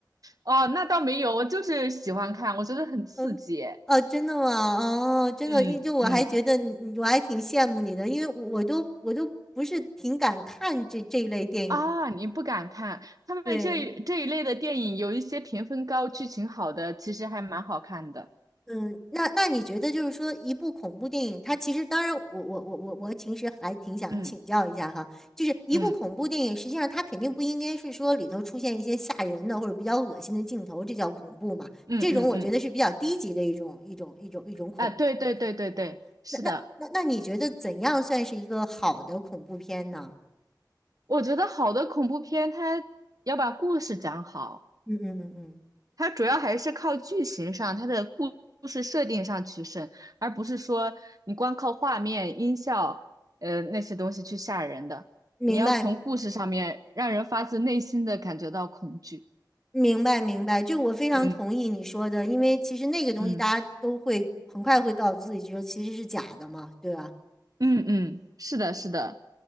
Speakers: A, on the right (about 55°); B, in the centre.
A: 哦，那倒没有，我就是喜欢看，我觉得很刺激。
B: 嗯，哦，真的吗？哦，真的，
A: 嗯嗯。
B: 一就我还觉得你我还挺羡慕你的，因为我我都我都不是挺敢看这这一类电影。
A: 啊，你不敢看他们这一这一类的电影，
B: 对，
A: 有一些评分高、剧情好的，其实还蛮好看的。
B: 嗯，那那你觉得就是说，一部恐怖电影，它其实当然我，我我我我其实还挺想请教一下哈，
A: 嗯
B: 就是一部恐怖电影，
A: 嗯
B: 实际上它肯定不应该是说里头出现一些吓人的或者比较恶心的镜头，这叫恐怖嘛？
A: 嗯嗯嗯，
B: 这种我觉得是比较低级的一种一种一种一种恐怖的方式，
A: 啊，对对对对对，
B: 对吧？
A: 是的，
B: 那那那那你觉得怎样算是一个好的恐怖片呢？
A: 我觉得好的恐怖片，它要把故事讲好，
B: 嗯嗯嗯嗯，
A: 它主要还是靠剧情上，它的故故事设定上取胜，而不是说你光靠画面、音效，呃，那些东西去吓人的。
B: 明白。
A: 你要从故事上面让人发自内心的感觉到恐惧。
B: 明白，明白，就我非常同意你说的，
A: 嗯
B: 因为其实那个东西大家都会很快会告诉自己，
A: 嗯。
B: 觉得其实是假的嘛，对吧？
A: 嗯嗯，是的，是的，